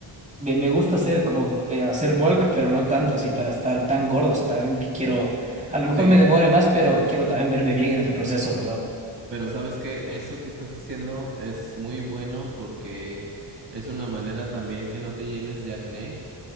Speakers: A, on the right (about 15°); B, on the right (about 60°).
A: me, me gusta hacer como eh, hacer bulk, pero no tanto así para estar tan gordo. O sea, también que quiero, a lo mejor
B: sí,
A: me demore más, pero quiero también verme bien en el proceso, ¿verdad?
B: pero sabes que eso que estás haciendo es muy bueno porque es una manera también que no te llenes de acné,